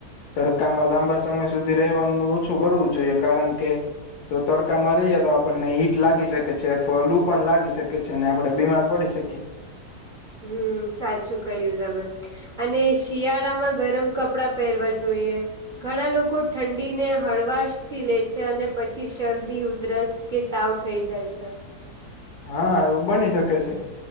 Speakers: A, on the left; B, on the right.
A: તડકામાં લાંબા સમય સુધી રહવાનું ઓછું કરવું જોઈએ, કારણ કે જો તડકામાં રહીએ તો આપણને હીટ લાગી શકે છે અથવા લુ પણ લાગી શકે છે ને આપણે બીમાર પડી શકીએ.
B: હમ્મ, સાચું કહ્યું તમે અને શિયાળામાં ગરમ કપડા પહેરવા જોઈએ. ઘણા લોકો ઠંડીને હળવાશથી લે છે અને પછી શરદી, ઉધરસ કે તાવ થઇ જાય છે.
A: હા, એવું બની શકે છે